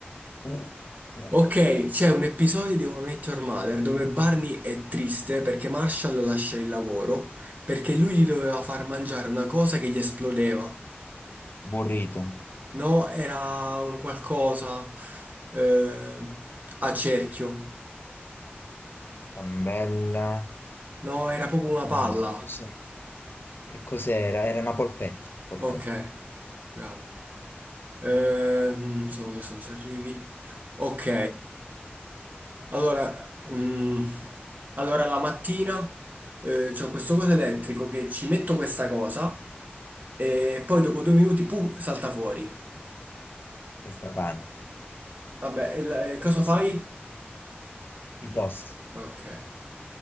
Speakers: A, on the left (about 60°); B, on the right (about 45°).
A: <laughs>
B: Ok, c'è un episodio di How I Met Your Mother dove Barney è triste perché Marshall lascia il lavoro perché lui gli doveva far mangiare una cosa che gli esplodeva.
A: Burrito,
B: No, era un qualcosa eh, a cerchio.
A: ciambella,
B: No, era proprio una
A: no,
B: palla.
A: che cos'era? Che cos'era? Era una polpetta, polpetta,
B: Ok, bravo. Ehm, secondo me se non ci arrivi. Ok, allora, mm, allora la mattina eh, c'è questo coso elettrico che ci metto questa cosa e poi dopo due minuti, pum, salta fuori.
A: questa pane,
B: Vabbè, e la- e
A: questa
B: cosa
A: cos'era?
B: fai?
A: I toast.
B: Ok.